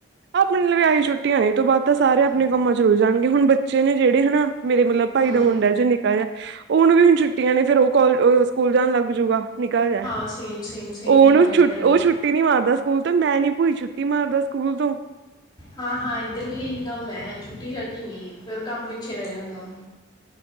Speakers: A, on the right; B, on the left.
A: ਆਪਣੇ ਲਈ ਵੀ ਆਈ ਛੁੱਟੀਆਂ ਨੇ, ਇਹ ਤੋਂ ਬਾਅਦ ਤਾਂ ਸਾਰੇ
B: ਹਮ
A: ਆਪਣੇ ਕੰਮਾਂ ਚ ਰੁਝ ਜਾਣਗੇ। ਹੁਣ ਬੱ ਚੇ ਨੇ ਜਿਹੜੇ ਹਨਾ, ਮੇਰੇ ਮਤਲਬ ਭਾਈ
B: ਹਮ
A: ਦਾ ਮੁੰਡਾ ਜੌ ਨਿੱਕਾ ਜਿਹਾ, ਉਹਨੂੰ ਵੀ ਹੁਣ ਛੁੱਟੀਆਂ ਨੇ, ਫੇਰ ਉਹ ਕ ਸਕੂਲ ਜਾਣ ਲੱਗ ਜੂਗਾ ਨਿਕਾ ਜਿਹਾ,
B: ਹਾਂ ਸੇਮ ਸੇਮ ਸੇਮ
A: ਉਹਨੂੰ
B: ਹੇਅਰ ਇੱਧਰ
A: ਛੁਟ,
B: ਵੀ
A: ਉਹ ਛੁੱ, ਛੁੱਟੀ ਨਹੀਂ ਮਾਰਦਾ ਸਕੂਲ ਤੋਂ, ਮੈਂ ਨੀ ਭੂਈ ਛੁੱਟੀ ਮਾਰਦਾ ਸਕੂਲ ਤੋਂ।
B: ਹਾਂ, ਹਾਂ ਇੱਧਰ ਵੀ ਇਹੀ ਕੰਮ ਹੈ, ਛੁੱਟੀ-ਛਾਟੀ ਨੀ, ਫਿਰ ਕੰਮ ਪਿੱਛੇ ਰਹਿ ਜਾਂਦਾ।